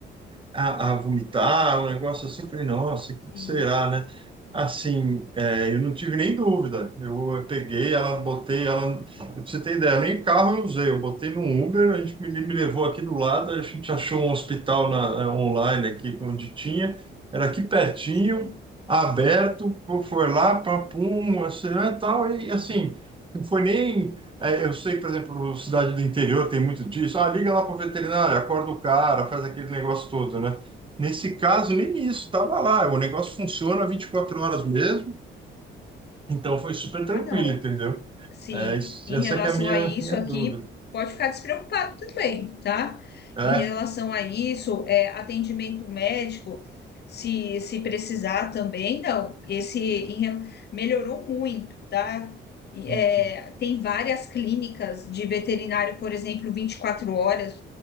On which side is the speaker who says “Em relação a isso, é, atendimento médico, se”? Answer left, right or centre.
Left